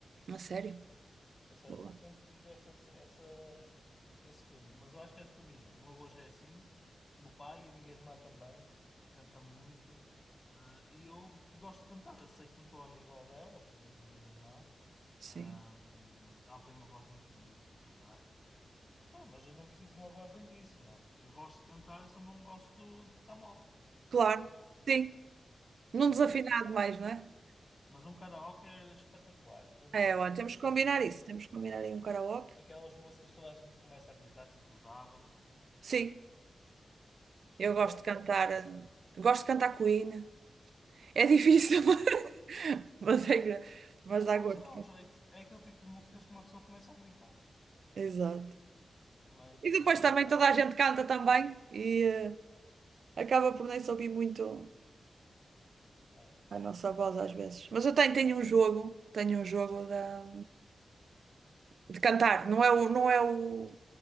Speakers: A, on the right; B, on the left.
A: A sério?
B: Pronto. A sério?
A: Boa.
B: Sempre tive essa, essa, esse feeling. Mas eu acho que é de família. O meu avô já é assim. O meu pai e a minha irmã também. Canta muito. Ah, e eu gosto de cantar. Sei que não estou ao nível dela, por exemplo, da minha irmã.
A: Sim.
B: Ahm, ela tem uma voz muito bonita para cantar. Pá, mas eu não preciso de uma voz lindíssima. Eu gosto de cantar, só não gosto de ficar mal.
A: Claro. Sim. Não
B: Mas,
A: desafinado mais, não é?
B: mas um karaoke é espetacular. Dos anos
A: É,
B: oitenta
A: olha, temos
B: 90,
A: que combinar isso. Temos que combinar aí um karaoke.
B: aquelas músicas que toda a gente começa a gritar, tipo usava.
A: Sim, eu
B: Eu
A: gosto
B: gosto,
A: de cantar.
B: gosto
A: eh,
B: bastante.
A: Gosto de cantar Queen. É difícil,
B: Queen também
A: <laughs>
B: gosto.
A: mas é gra- mas
B: Mas
A: dá
B: uma
A: gosto.
B: pessoa dá um jeito. É aquele tipo de músicas que uma pessoa começa a gritar.
A: Exato.
B: Mas,
A: E
B: mas
A: depois
B: é
A: também
B: interessante.
A: toda a gente canta também e eh, acaba por nem se ouvir muito
B: É.
A: a nossa voz às vezes. Mas eu tenho, tenho um jogo, tenho um jogo da- de, cantar. Não é o, não é o,